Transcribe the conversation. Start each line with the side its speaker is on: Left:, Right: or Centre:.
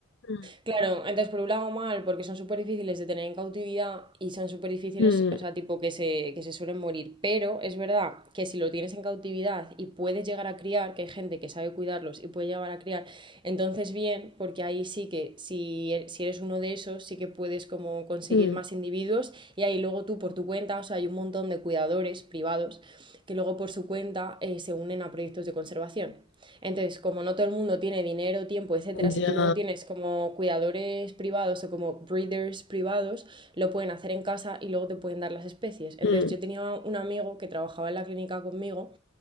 Left: Mm.
Right: Claro, entonces por un lado mal, porque son súper difíciles de tener en cautividad y son súper difíciles,
Left: Mm,
Right: o sea, tipo que se, que se suelen morir. Pero es verdad que si lo tienes en cautividad y puedes llegar a criar, que hay gente que sabe cuidarlos y puede llegar a criar, entonces bien, porque ahí sí que si, e- si eres uno de esos, sí que puedes como conseguir
Left: mm,
Right: más individuos y ahí luego tú por tu cuenta, o sea, hay un montón de cuidadores privados que luego por su cuenta eh, se unen a proyectos de conservación. Entonces, como no todo el mundo tiene dinero, tiempo, etcétera, si
Left: ya,
Right: tú luego tienes como cuidadores privados o como breeders privados, lo pueden hacer en casa y luego te pueden dar las especies. Entonces,
Left: mm,
Right: yo tenía un amigo que trabajaba en la clínica conmigo